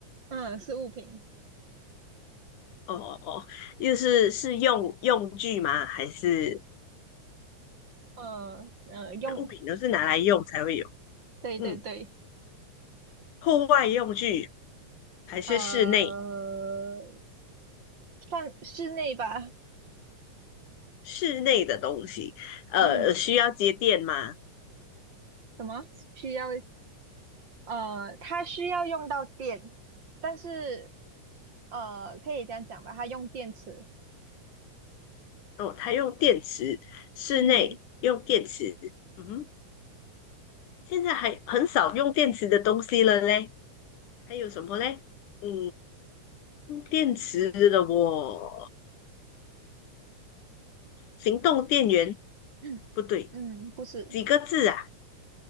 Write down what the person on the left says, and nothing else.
哦哦哦，又是是用用具吗？还是
那物品都是拿来用才会有？
嗯，户外用具还是室内
室内的东西？呃，
需要接电吗？
哦，它用电池，室内用电池，
嗯，现在还很少用电池的东西了嘞。还有什么嘞？嗯，用电池的我，行动电源
不对，
几个字啊？